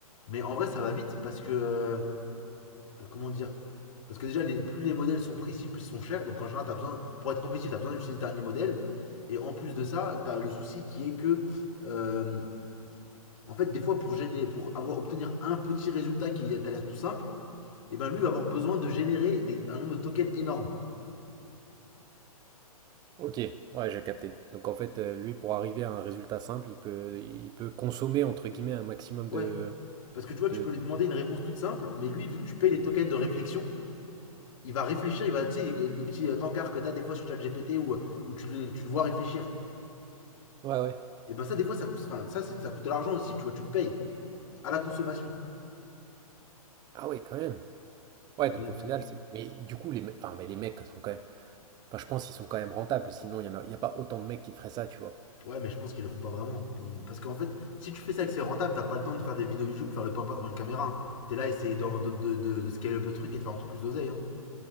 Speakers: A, on the left; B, on the right.
A: Mais en vrai, ça va vite parce que, euh, comment dire, parce que déjà, les- plus les modèles sont précis, plus ils sont chers, donc en général, t'as besoin, pour être compétitif, t'as besoin d'utiliser le dernier modèle, et en plus de ça, t'as le souci qui est que, euh, en fait, des fois, pour, gêner, pour avoir, obtenir un petit résultat qui a t'as l'air tout simple, et ben lui va avoir besoin de générer des- un nombre de tokens énorme.
B: OK, ouais, j'ai capté. Donc en fait, heu, lui, pour arriver à un résultat simple, il peut il peut «consommer» entre guillemets un maximum
A: Ouais,
B: de
A: Parce que tu vois, tu
B: de
A: peux
B: de
A: lui demander une réponse toute simple, mais lui, vu que tu payes les tokens de réflexion, il va réfléchir, il va, tu sais, le petit euh, tankard que t'as des fois sur ChatGPT où, où tu, le, tu le vois réfléchir.
B: Ouais, ouais.
A: Et ben ça, des fois, ça, enfin, ça, c'est- ça coûte de l'argent aussi, tu vois, tu le payes à la consommation.
B: Ah ouais, quand même. Ouais,
A: Donc,
B: donc au final, c'est... Mais du coup, les mecs... Enfin, mais les mecs sont quand même... Enfin, je pense qu'ils sont quand même rentables, sinon il n'y a... y a pas autant de mecs qui feraient ça, tu vois.
A: ouais, mais je pense qu'ils le font pas vraiment. Ils- Parce qu'en fait, si tu fais ça et que c'est rentable, t'as pas le temps de faire des vidéos YouTube, faire le pimpin devant une caméra. hein. T'es là, essayer de, de, de, de scaler up le truc et de faire encore plus d'oseille. hein.